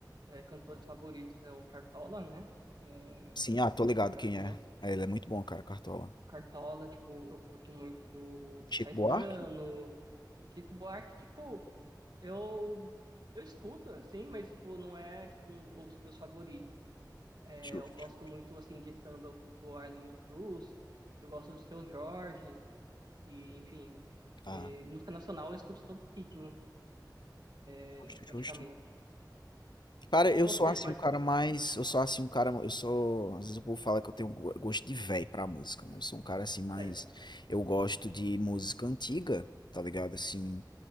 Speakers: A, on the right; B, on the left.
A: é, cantores favoritos é o Cartola, né? É,
B: Sim, ah,
A: assim,
B: tô ligado
A: tipo, brasileiro.
B: quem é. É, ele é muito bom, cara, Cartola.
A: O Cartola, tipo, eu curto muito
B: Chico
A: Caetano,
B: Buarque?
A: Chico Buarque, tipo, eu, eu escuto, assim, mas, tipo, não é, tipo, um, um dos meus favoritos. É,
B: Justo.
A: eu gosto muito, assim, de samba, eu curto Arlindo Cruz, eu gosto do Seu Jorge, e, enfim,
B: Ah,
A: é, música nacional eu escuto todo ritmo, é,
B: justo, justo.
A: praticamente.
B: Cara,
A: E
B: eu
A: você,
B: sou assim
A: quais...
B: um cara mais. Eu sou assim um cara. Eu sou. Às vezes o povo fala que eu tenho go- gosto de velho pra música, né? Eu sou um cara assim mais.
A: Certo.
B: Eu gosto de música antiga, tá ligado? Assim.